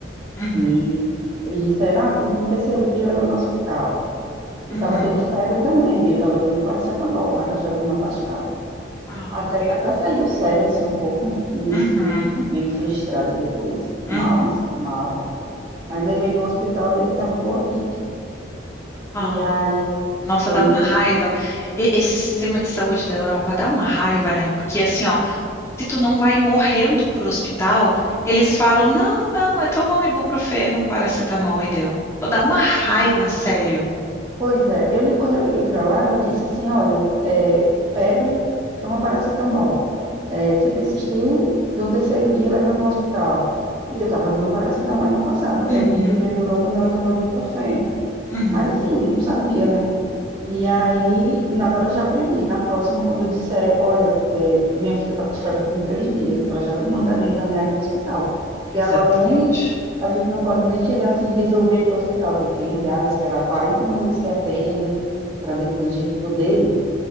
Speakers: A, on the left; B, on the right.
A: uhum,
B: e eles disseram, ah, quando- no terceiro dia leva no hospital. E
A: uhum.
B: estava tendo febre também, e eu estava dando paracetamol, mas a febre não baixava.
A: Ai,
B: Até,
A: guria.
B: até sair do sério, assim, um pouco, me
A: Uhum,
B: senti um- bem frustrada depois, mal,
A: uhum.
B: me senti mal. Mas levei no hospital, deu que estava com otite.
A: Ah.
B: E aí
A: Nossa,
B: foi,
A: dá uma
B: foi,
A: raiva. E- Esse sistema de saúde da Europa dá uma raiva, né? Porque assim, ó, se tu não vai morrendo pro hospital, eles falam, não, não, é tomar um ibuprofeno, um paracetamol e deu. Dá uma raiva, sério.
B: Pois é, eu, li- quando eu liguei para lá, ela disse assim, olha, é, febre, toma paracetamol. É, se persistir, do terceiro dia leva no hospital. E eu estava dando paracetamol e não passava.
A: Uhum,
B: Eu vi que melhorou quando ela tomou ibuprofeno.
A: uhum,
B: Mas assim, não sabia, né? E aí, na- agora eu já aprendi. Na próxima, quando eu disser, olha, é, minha filha está com febre tem três dias, para já mandar me encaminharem para o hospital.
A: exatamente.
B: E agora nem a gente não pode nem chegar assim, resolver ir para o hospital. Tem que ligar, esperar 40 minutos que atenda, para depois a gente poder ir.